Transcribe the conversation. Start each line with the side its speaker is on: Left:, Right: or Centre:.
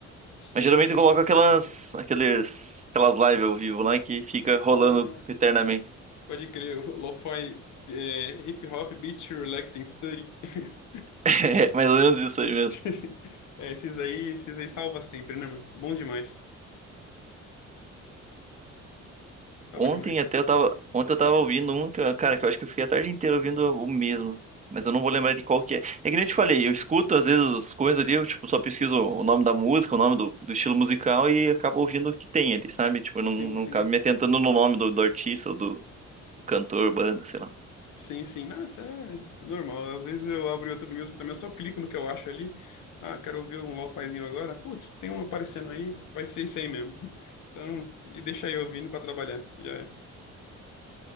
Left: Sim,
Right: Mas geralmente
Left: sim.
Right: eu coloco aquelas, aqueles, aquelas lives ao vivo lá que fica rolando
Left: Ah,
Right: eternamente.
Left: pode crer. O Lo-fi, é, hip hop, beat, relaxing, study. <laughs>
Right: <laughs> É mais ou menos isso aí mesmo.
Left: <laughs> É, esses aí, esses aí salva sempre, né, mano? Bom demais. Salva
Right: Ontem
Left: demais.
Right: até eu tava, ontem eu tava ouvindo um, que eu- cara, que eu acho que eu fiquei a tarde inteira ouvindo o mesmo. Mas eu não vou lembrar de qual que é. É que nem eu te falei, eu escuto às vezes as coisas ali, eu tipo, só pesquiso o nome da música, o nome do, do estilo musical e acabo ouvindo o que tem ali, sabe? Tipo, eu
Left: Sim,
Right: não, não
Left: sim.
Right: acabo me atentando no nome do, do artista ou do cantor, banda, sei lá.
Left: Sim, sim. Não, isso é normal. Às vezes eu abro o YouTube Music também, eu só clico no que eu acho ali. Ah, quero ouvir um lofazinho agora. Putz, tem um aparecendo aí, vai ser isso aí mesmo. <laughs> Então, e deixa eu ouvindo pra trabalhar. Já é.